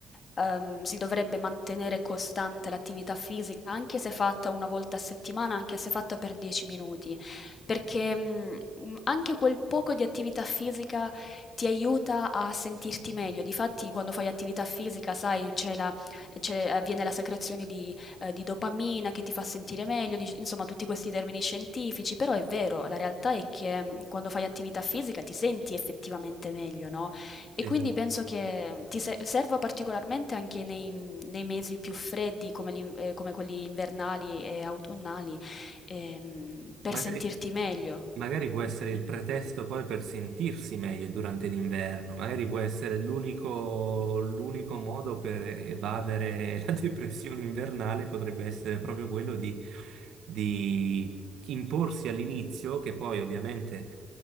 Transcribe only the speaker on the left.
ehm, si dovrebbe mantenere costante l'attività fisica, anche se fatta una volta a settimana, anche se fatta per 10 minuti, perché, mh, mh, anche quel poco di attività fisica ti aiuta a sentirti meglio. Difatti, quando fai attività fisica, sai, c'è la, c'è- avviene la secrezione di eh, di dopamina che ti fa sentire meglio, di- insomma tutti questi termini scientifici, però è vero, la realtà è che mm, quando fai attività fisica ti senti effettivamente meglio, no? E
quindi penso che mm, ti se- serva particolarmente anche nei, mm, nei mesi più freddi come, l'in- eh, come quelli invernali e autunnali, ehm, per
sentirti meglio,